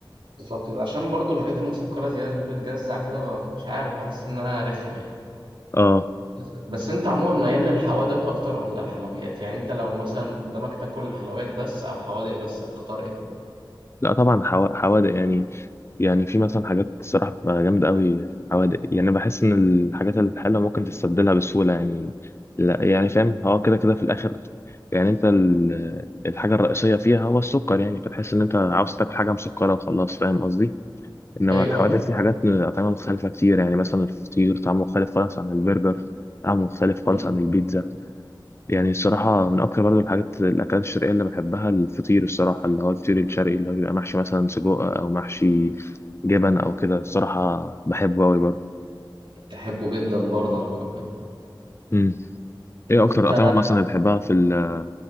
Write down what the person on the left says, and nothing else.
اه
لا طبعا حوا- حوادق يعني يعني في مثلا حاجات الصراحة بتبقى جامدة قوي حوادق يعني بحس ان الحاجات الحلوة ممكن تستبدلها بسهولة يعني لا يعني فاهم هو كده كده في الاخر يعني انت ال- الحاجة الرئيسية فيها هو السكر يعني فتحس ان انت عاوز تاكل حاجة مسكرة وخلاص فاهم قصدي انما
الحوادث
في حاجات اطعمه مختلفه كتير يعني مثلا الفطير طعمه مختلف خالص عن البرجر طعمه مختلف خالص
عن البيتزا يعني الصراحه من اكتر برضو الحاجات الاكلات الشرقيه اللي بحبها الفطير الصراحه اللي هو الفطير الشرقي اللي هو بيبقى محشي مثلا سجق او محشي جبن او كده الصراحه بحبه قوي برضه
امم ايه اكتر
اطعمه مثلا بتحبها في ال-